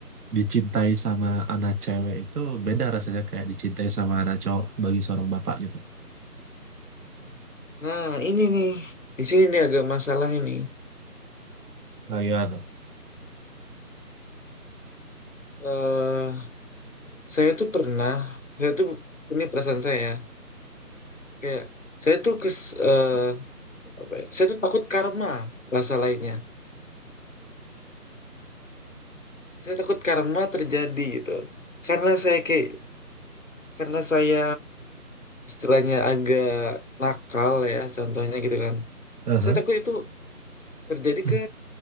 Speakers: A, on the right; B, on the left.
A: dicintai sama anak cewek itu beda rasanya kayak dicintai sama anak cowok bagi seorang bapak gitu.
B: nah ini nih di sini nih agak masalah ini.
A: Nah, gimana tuh?
B: eh saya tuh pernah, saya tuh ini perasaan saya ya. kayak saya tuh kes, eh, apa ya? Saya tuh takut karma bahasa lainnya. saya takut karma terjadi gitu karena saya kayak karena saya istilahnya agak nakal ya contohnya gitu kan
A: Aha.
B: saya takut itu terjadi
A: Hmm.
B: ke